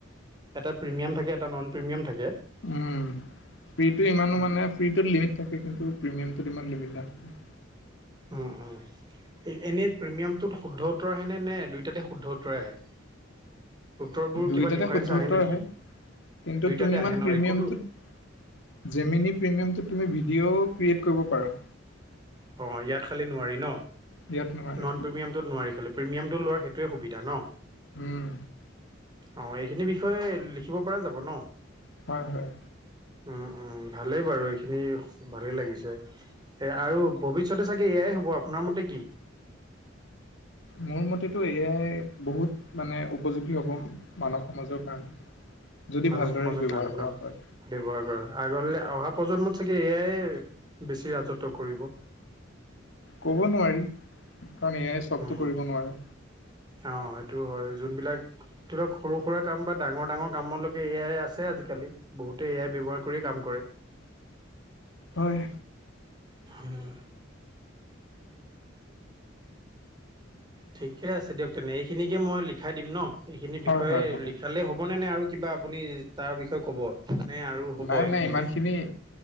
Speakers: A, on the right (about 20°); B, on the left (about 65°).
A: এটা প্ৰিমিয়াম থাকে এটা নন প্ৰিমিয়াম থাকে।
B: উম, পি তোৰ ইমানো
A: উম,
B: মানে পি লিমিট থাকে কিন্তু প্ৰিমিয়াম ইমানো লিমিত নাথাকে।
A: উম-উম। এই এনেই প্ৰিমিয়ামটোত শুদ্ধ উত্তৰ আহেনে নে দুয়োটাতে শুদ্ধ উত্তৰ আহে? উত্তৰবোৰ
B: দুইটাতে
A: কিবা ডিফাৰেঞ্চ
B: সোধৰ উওৰ
A: নেকি?
B: আহে কিন্তু
A: দুইটাতে
B: তুমি
A: আহে
B: ইমান
A: ন
B: প্ৰিমিয়ামটোত
A: একোতো
B: জিমিনী প্ৰিমিয়ামটোত তুমি ভিডিঅ' ক্ৰিয়েট কৰিব পাৰা।
A: অ, ইয়াত খালি নোৱাৰি ন
B: দিয়াত নোৱাৰে
A: নন প্ৰিমিয়াম নোৱাৰি খালি প্ৰিমিয়ামটো লোৱাৰ সেইটো সুবিধা ন।
B: উম
A: অ, এইখিনি বিষয়ে লিখিব পৰা যাব ন?
B: হয়, হয়।
A: উম, উম, ভালেই বাৰু, এইখিনি ভালেই লাগিছে, সে আৰু ভৱিষ্যতে চাগে এ আই হ'ব, আপোনাৰ মতে কি?
B: মোৰ মতেতো এ আই বহুত মানে উপযোগী হ'ব মানৱ সমাজৰ কাৰণে। যদি
A: মানৱ
B: ভালদৰে
A: সমাজৰ
B: ব্যৱহাৰ
A: কাৰণে
B: কৰা
A: ন?
B: হয়
A: ব্যৱহাৰ কৰা, আগলে অহা প্ৰজন্মত চাগে এ আই বেছি ৰাজত্ব কৰিব।
B: কব নোৱাৰি, কাৰণ এ আই চবটো
A: উম
B: কৰিব নোৱাৰে।
A: অ', সেইটো হয়, যোনবিলাক ধৰক সৰু সুৰা কাম বা ডাঙৰ ডাঙৰ কামলৈকে এ আই আছে আজিকালি। বহুতে এ আই ব্যৱহাৰ কৰিয়ে কাম কৰে।
B: হয়।
A: উম। ঠিকে আছে দিয়ক, তেনে এইখিনিকে মই লিখাই দিম ন? এইখিনি বিষয়ে
B: হয় হয় হ'ব
A: লিখালে হ'বনে নে আৰু কিবা আপুনি তাৰ বিষয়ে ক'ব? মানে আৰু হব
B: নাই
A: এইখিনিতে,
B: নাই ইমানখিনি